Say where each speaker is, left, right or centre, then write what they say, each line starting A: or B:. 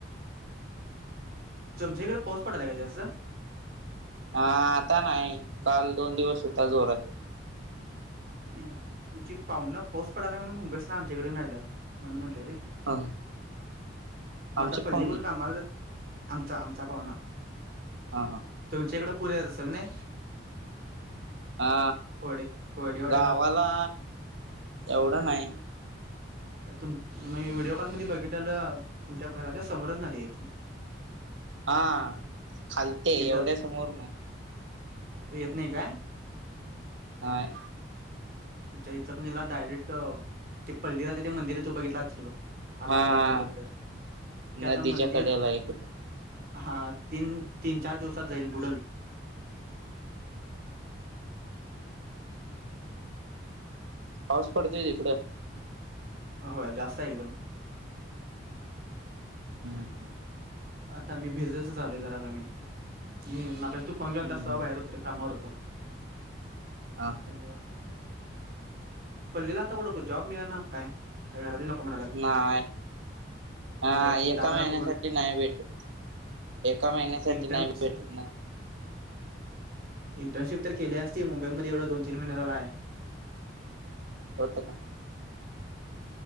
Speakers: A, on the right (about 50°); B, on the right (about 80°).
A: तुमच्याकडे पाऊस पडालाहिये असं
B: हा आता नाही काल दोन दिवस सुद्धा जोरात
A: आणि तुमची पाहुून पाऊस पडालाय म्हणून मुंबईस ना आमच्याकडे राहिला म्हणून म्हटलंय रे
B: ह
A: मग
B: आमची
A: आता पल्लीकुड
B: पाहुणे
A: कामाला आमचा आमचा पाहुना
B: हा हां
A: तुमच्या इकडे पुरे येत असेल नई
B: हा
A: कोरडे कोरडेवाड्याला
B: गावाला एवढं नाही
A: तु म व्हिडिओ कॉल मध्ये बघितलं तुमच्या घराच्या समोरच नाही आहे की
B: हा खालते
A: तिथं
B: एवढ्या समोर नाही
A: येत नाही का
B: नाही
A: इचकरंजी डायरेक्ट ते पल्लीला त्या ते मंदिरात तू बघितला असेल बघ आला
B: हा
A: असला तरगर त्या
B: नदीच्या
A: आता मंदिर
B: कड्याला इकडं
A: हा तीन तीन चार दिवसात जाईल बुडल
B: पाऊस फडते इकडं
A: होय जास्त आहे एकदम
B: हम् ह
A: आता मी भिजसच चालो आहे जरा का मी मी मा तू फोन केला
B: हम्म
A: तस सव
B: हम्म
A: बाहेर होतर कामावर होत
B: हा हा
A: त्यामुळं पण ललीलाता त कड जॉब मिळळा ना काय का घरातील नको म्हणालात
B: नाही हा
A: घरात
B: एका
A: दादा नक
B: नाही भेटत एका महिन्यासाठी
A: इंटर्न
B: नाही भेटत ना
A: इंटर्नशिप तर केली असती मुंबईमध्येध्ये एवढं दोन तीन महिने झाला आहे
B: होत का